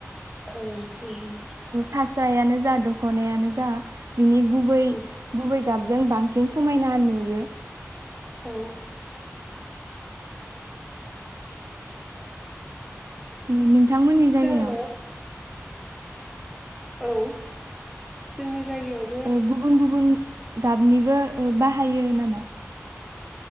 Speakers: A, in the centre; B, on the right (about 80°).
A: औ नंगौ।
B: फास्रायानो जादों दखनायानो जा बिनि गुबै
A: नंगौ
B: गुबै गाबजों बांसिन समायना नुयो।
A: औ
B: नों बिथांमोननि जायगायाव
A: जोङो औ जोंनि जायगायावबो
B: ओ गुबुन गुबुन गाबनिबो बाहायो नामा?